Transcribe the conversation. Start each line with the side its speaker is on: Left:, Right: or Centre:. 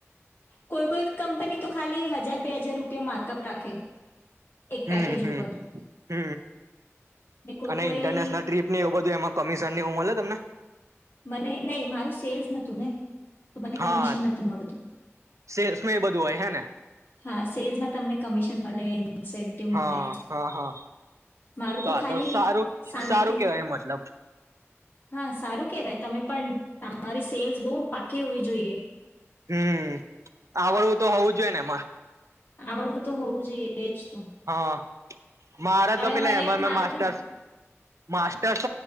Left: કોઈ કોઈ કંપની તો ખાલી હજાર બે હજાર રૂપિયા માર્કઅપ રાખે. એક
Right: હ
Left: પેકેજ ઉપર
Right: હ
Left: ને કોઈ
Right: અને
Left: કોઈ
Right: ઇન્ટરનેશનલ ટ્રીપ એવું બધું એમાં કમિશન ની હું મળે? તમને?
Left: મને નહી મારું સેલ્સ નતું ને તો મને
Right: હા
Left: કમિશન નહોતું મળતું.
Right: સેલ્સમાં એ બધું હોય હે ને
Left: હા સેલ્સમાં તમને કમિશન મળે. ઇન્સેન્ટિવ
Right: હા
Left: મળે
Right: હા હા,
Left: મારું
Right: તો આ
Left: ખાલી
Right: તો સારું
Left: સામેથી
Right: સારું કેવાય મતલબ.
Left: હા સારું કેવાય તમે પણ તમારી સેલ્સ બહુ પાકી હોવી જોઈએ.
Right: હમ. આવડવું તો હોવું જોઈએ ને એમાં.
Left: આવડવુ તો હોવું જોઈએ. એ જ તો
Right: હા, મારે
Left: હવે
Right: તો પેલા
Left: મને
Right: એમાર મ
Left: માર્ક
Right: માસ્ટર્સ માસ્ટર્સ